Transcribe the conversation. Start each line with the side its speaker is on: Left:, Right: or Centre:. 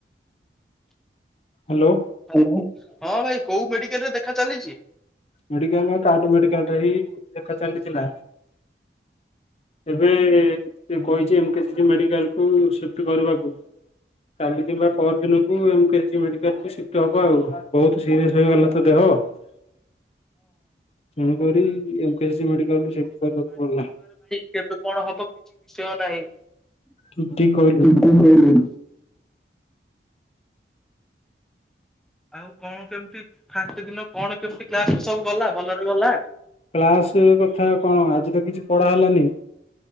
Left: ହାଲୋ
Centre: ହଁ ଭାଇ କୋଉ ମେଡିକାଲରେ ଦେଖା ଚାଲିଚି?
Left: ମେଡିକାଲରେ କାହାଠୁ ମେଡିକାଲରେ ହି ଦେଖା ଚାଲିଥିଲା। ଏବେ କହିଚି ଏମ୍କେସି ମେଡିକାଲକୁ ସିଫ୍ଟ କରିବାକୁ କାଲି କିମ୍ବା ପରଦିନକୁ ଏମକେସି ମେଡିକାଲକୁ ସିଫ୍ଟ ହବ ଆଉ ବହୁତ ସିରିୟସ୍ ହେଇଗଲା ତ ଦେହ ତେଣୁକରି ଏମକେସି ମେଡିକାଲକୁ ସିଫ୍ଟ କରିବାକୁ ପଡିଲା।
Centre: କେବେ କଣ ହବ କିଛି ବିଷୟ ନାହିଁ।
Left: ଠିକ୍‌ କହିଲୁ
Centre: <unintelligible> ଆଉ କଣ କେମିତି ଫାଷ୍ଟ ଦିନ କଣ କେମତି କ୍ଲାସ ସବୁ ଗଲା ଭଲରେ ଗଲା।
Left: କ୍ଲାସେ କଥା କଣ ଆଜି ତ କିଛି ପଢ଼ା ହେଲାନି।